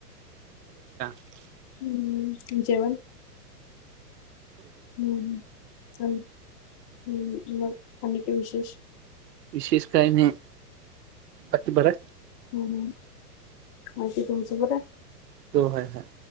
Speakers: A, on the right; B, on the left.
A: <inaudible> <inaudible>
B: हम्म जेवण? हम्म हम्म. <unintelligible> हम्म मग आणि काय विशेष?
A: विशेष काही नाही बाकी बरंय?
B: हम्म हम्म बाकी तुमचं बरं आहे?
A: तो हाय हाय